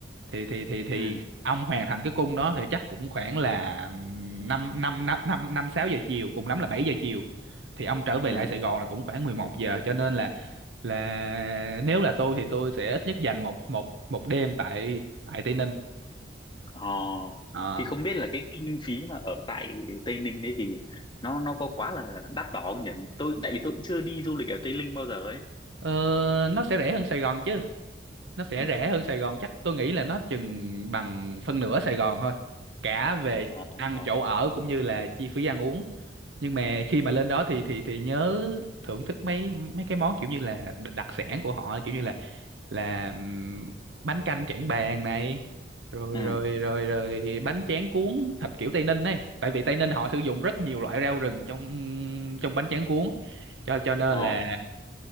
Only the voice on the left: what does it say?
ừ
ừ
ờ
thì không biết là cái kinh phí mà ở tại Tây Ninh đấy thì nó nó có quá là đắt đỏ không nhỉ tôi tại vì tôi cũng chưa đi du lịch ở Tây Ninh bao giờ ấy
ừ
ờ
ờ
ừ
ờ